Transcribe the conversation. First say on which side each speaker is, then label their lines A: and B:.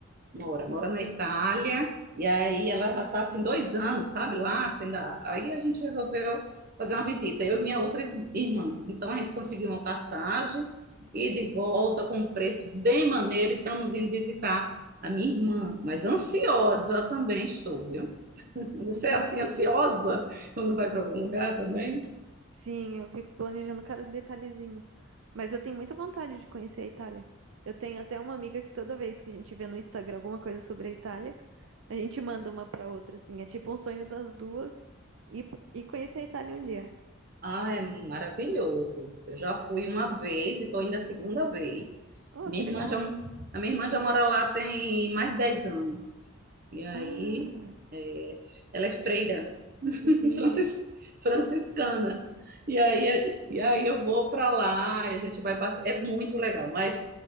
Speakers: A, on the right; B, on the right.
A: Mora, mora na Itália, e aí ela já está assim, dois anos, sabe, lá, sendo a- aí a gente resolveu fazer uma visita, eu e minha outra is- irmã. Então a gente conseguiu uma passagem e de volta com um preço bem maneiro, e estamos indo visitar a minha irmã, mas ansiosa também estou, viu? <laughs>
B: Ah,
A: Você
B: Que
A: é
B: maravilha.
A: assim ansiosa quando vai para algum lugar também?
B: Sim, eu fico planejando cada detalhezinho. Mas eu tenho muita vontade de conhecer a Itália. Eu tenho até uma amiga que toda vez que a gente vê no Instagram alguma coisa sobre a Itália, a gente manda uma pra outra, assim. É tipo um sonho das duas e, e conhecer a Itália um dia.
A: Ah, é maravilhoso. Eu já fui uma vez e estou indo a segunda vez.
B: Oh,
A: Minha
B: que legal.
A: irmã já, a minha irmã já mora lá tem mais de 10 anos. E aí,
B: Ah,
A: é, ela é freira, <laughs>
B: entendi.
A: francis- franciscana. E aí, é, e aí eu vou para lá, e a gente vai passear. É muito legal, mas